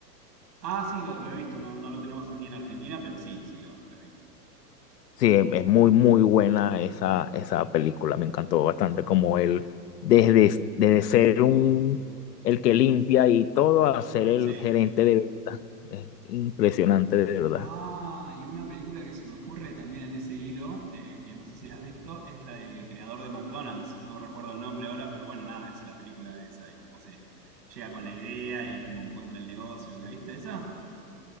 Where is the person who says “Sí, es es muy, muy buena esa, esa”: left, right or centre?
Left